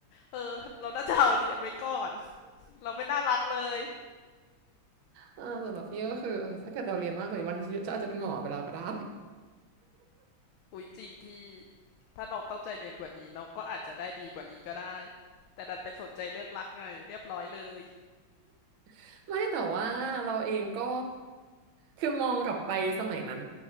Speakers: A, on the left; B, on the right.
A: เออเราน่าจะเอาเรียนไว้ก่อนเราไม่น่ารักเลย
B: อ่าสำหรับพี่ก็คือเออถ้าเกิดเราเรียนมากกว่านี้บางทีจะอาจจะเป็นหมอไปแล้วก็ได้
A: อุ๊ยจริงพี่ถ้าน้องตั้งใจเรียนกว่านี้น้องก็อาจจะได้ดีกว่านี้ก็ได้แต่ดันไปสนใจเรื่องรักไงเรียบร้อยเลย
B: <laughs> ไม่แต่ว่าเราเองก็คือมองกลับไปสมัยนั้น